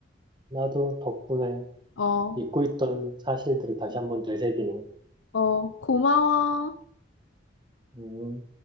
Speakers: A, on the right (about 25°); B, on the left (about 80°).
A: 나도 덕분에
B: 어,
A: 잊고 있던 사실들을 다시 한번 되새기네.
B: 어, 고마워.
A: 음.